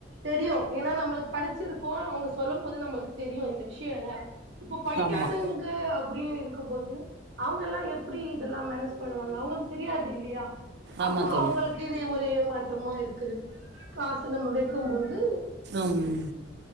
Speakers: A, on the right; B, on the right.
A: தெரியு ஏன்னா நம்மளுக் படிச்சிருக்கோ அவுங்க சொல்லும் போது நம்மளுக்கு தெரியு இந்த விஷய ல்ல இப்ப படிக்காதவங்க
B: ஆமாம்
A: அப்டி இருக்கும்போது அவங்கல்லா எப்டி இதெல்லா மேனேஜ் பண்ணுவாங்க அவுங்களுக் தெரியாது இல்யா அப்போ
B: ஆமாம் தோழி
A: அவங்க கு இது ஒரே மாற்றமா இருக்குது காசு நம்ப வக்கும்போது
B: ம்